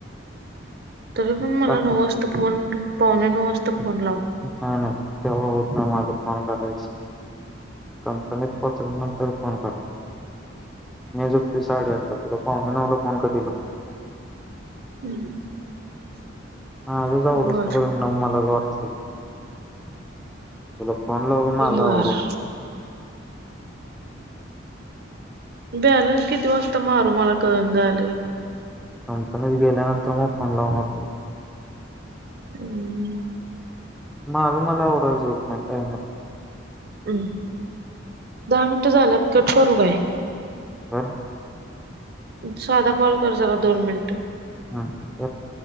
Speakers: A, on the right; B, in the centre.
A: तरी पण मला
B: सांग
A: नव वाजता फोन पावणे नऊ वाजता फोन लाव
B: नाय नाय तेव्हा होत नाय फोन करायच कंपनीत पोहोचल्या नंतर फोन करा मीच उठतोय साडे आठला तला पाहुणे नऊला फोन कधी लाव
A: हम्म,
B: माझंच आवरूस
A: बर
B: पर्यंत नऊ मलाच वाजतेत टिक तुला फोन लावून का माझं
A: बर
B: आवरू
A: बॅलन्स किती वाजता मारू मला कळना झालंय
B: कंपनीत गेल्यानंतर मग फोन लावनार
A: हम्म <unintelligible>
B: माझं मला आवरायचं होत नाय टायमात
A: हम् दहा मिनिटं झालं कट करू काय
B: <unintelligible> कर
A: साधा कॉल कर जरा दोन मिनिट
B: हा करतो